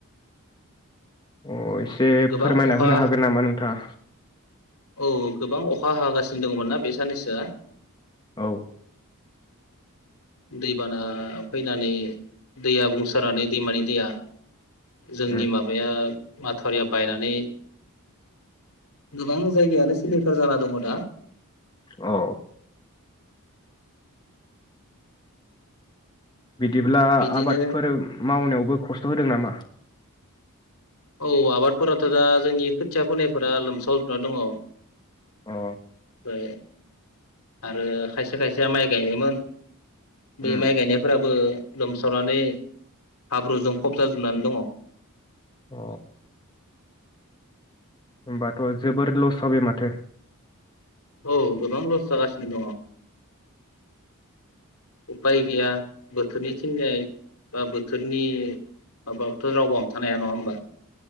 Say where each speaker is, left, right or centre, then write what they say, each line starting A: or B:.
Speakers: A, on the left; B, on the left.
A: अ एसे
B: गोबां
A: फोरमायना
B: अखा
A: होनो हागोन नामा नोंथाङा?
B: औ गोबां अखा हागासिनो दङमोन ना बे साननैसोआ
A: औ
B: दैबाना फैनानै दैया बुंसारनानै दैमानि दैया जोंनि
A: उम
B: माबाया माथावरिया बायनानै गोबां जायगायानो सिलिंखार जाना दङ दा
A: औ बिदिब्ला
B: बिदिनो
A: आबादफोर मावनायावबो खस्थ होदों नामा?
B: औ आबादफोराथ दा जोंनि खोथिया फोनायफोरा लोमसावजोबना दङ। बेफ्राय
A: अ
B: आरो खायसे खाय सेया माइ गायोमोन बे
A: उम
B: माइ गायनायफोराबो लोमसावनानै हाब्रुजों फबजा जोबनानै दङ।
A: अ होमबाथ' जोबोर लस जाबाय माथो
B: औ गोबां लस जागासिनो दङ। उपाय गैया बोथोरनि थिंनाय बा बोथोरनि माबाथ' रावबो हमथानो हाया नङा होमबा।